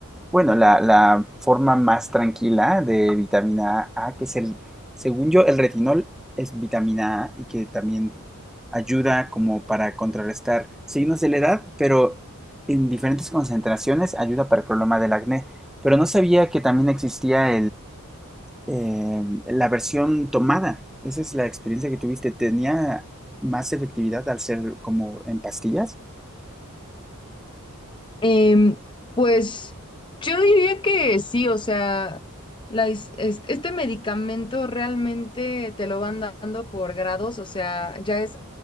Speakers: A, in the centre; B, on the left.
A: bueno, la, la forma más tranquila de vitamina A, que es el, según yo, el retinol es vitamina A y que también ayuda como para contrarrestar signos de la edad, pero en diferentes concentraciones ayuda para el problema del acné. Pero no sabía que también existía eh, la versión tomada. Esa es la experiencia que tuviste. ¿Tenía más efectividad al ser como en pastillas?
B: Em, pues yo diría que sí, o sea, la is- es- este medicamento realmente te lo van dando por grados, o sea, ya es,